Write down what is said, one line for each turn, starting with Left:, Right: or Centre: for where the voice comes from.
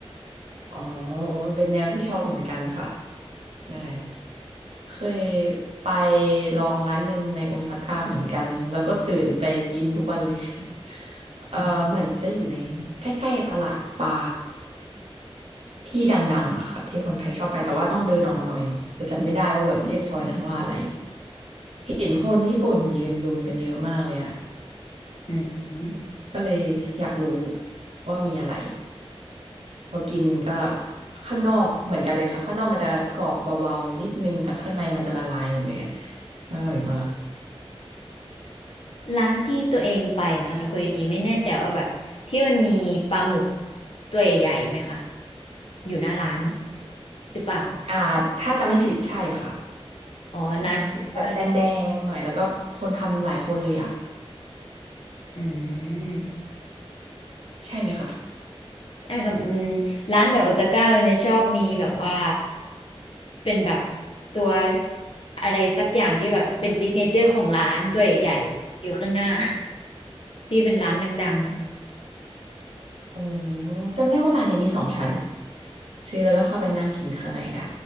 Right: อ๋อโอ้ยเป็นแนวที่ชอบเหมือนกันค่ะใช่เคยไปลองร้านหนึ่งในโอซาก้าเหมือนกันแล้วก็ตื่นไปกินทุกวันเลย <laughs> เออเหมือนจะอยู่ในใกล้ๆตลาดปลา
Left: อืม
Right: ที่ดังๆอะค่ะที่คนไทยชอบไปแต่ว่าต้องเดินออกมาหน่อยแต่จำไม่ได้ว่าแบบเรียกซอยนั้นว่าอะไรเห็นคนญี่ปุ่นยืนลุมกันเยอะมากเลยอะ
Left: อืม
Right: ก็เลยอยากรู้ว่ามีอะไร พอกินก็ข้างนอกเหมือนกันเลยค่ะข้างนอกมันจะกรอบเบาๆนิดนึงแต่ข้างในมันจะละลายหมดเลยอะอร่อยมาก
Left: ร้านที่ตัวเองไปอะค่ะทาโกยากิไม่แน่ใจว่าแบบที่มันมีปลาหมึกตัวใหญ่ไหมคะอยู่หน้าร้านหรือเปล่า
Right: อ่าถ้าจะไม่ผิดใช่ค่ะ
Left: อ๋อร้านนี้ก็
Right: ถ้าจะไม่ผิดแบบแดงๆหน่อยแล้วก็คนทำหลายคนเลยอะ
Left: อืม
Right: ใช่ไหมคะ
Left: ใช่กับอืมร้านเดอะโอซาก้าเนี่ยชอบมีแบบว่าเป็นแบบตัวอะไรสักอย่างที่แบบเป็นซิกเนเจอร์ของร้านตัวใหญ่ๆอยู่ข้างหน้า <laughs> ที่เป็นร้านดังๆ
Right: อ๋อจำได้ว่าร้านเนี้ยมีสองชั้นซื้อแล้วก็เข้าไปนั่งกินข้างในได้